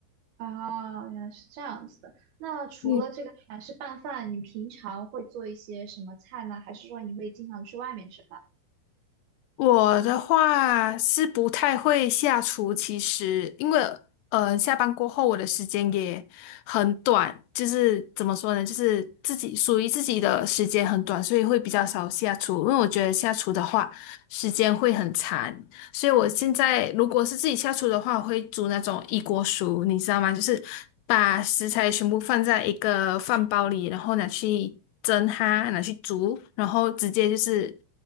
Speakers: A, on the right (about 65°); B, on the left (about 80°).
A: 啊，原来是这样子的。那除了这个韩式拌饭，
B: 嗯。
A: 你平常会做一些什么菜呢？还是说你会经常去外面吃饭？
B: 我的话是不太会下厨，其实因为呃下班过后我的时间也很短，就是怎么说呢，就是自己属于自己的时间很短，所以会比较少下厨，因为我觉得下厨的话时间会很长。所以我现在如果是自己下厨的话，我会煮那种一锅熟，你知道吗？就是把食材全部放在一个饭包里，然后拿去蒸它，拿去煮，然后直接就是